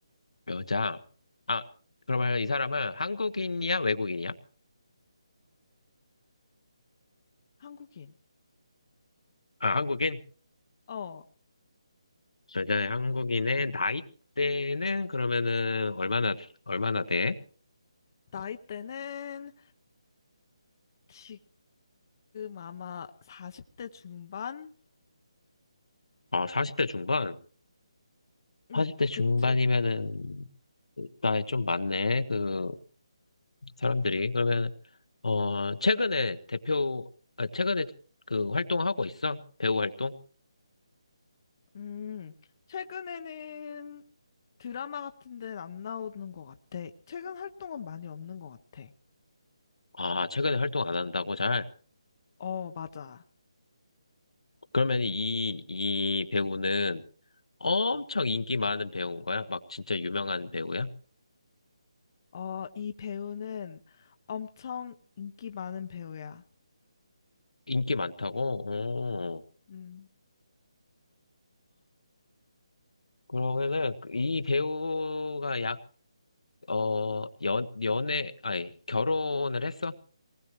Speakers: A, on the left; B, on the left.
A: 여자. 아, 그러면 이 사람은 한국인이야, 외국인이야?
B: 한국인.
A: 아, 한국인?
B: 어,
A: 여자의 한국인의 나이대는 그러면은 얼마나, 얼마나 돼?
B: 나이대는 지금 아마 40대 중반?
A: 어, 40대 중반?
B: 응,
A: 40대 중반이면은
B: 그치.
A: 나이 좀 많네, 그 사람들이. 그러면, 어, 최근에 대표, 아, 최근에 그 활동하고 있어? 배우 활동?
B: 음, 최근에는 드라마 같은 데는 안 나오는 것 같아. 최근 활동은 많이 없는 것 같아.
A: 아, 최근에 활동 안 한다고 잘?
B: 어, 맞아.
A: 그러면 이, 이 배우는 엄청 인기 많은 배우인 거야? 막 진짜 유명한 배우야?
B: 어, 이 배우는 엄청 인기 많은 배우야.
A: 인기 많다고? 어.
B: 음,
A: 그러면은 그이 배우가 약, 어, 연, 연애, 아니, 결혼을 했어?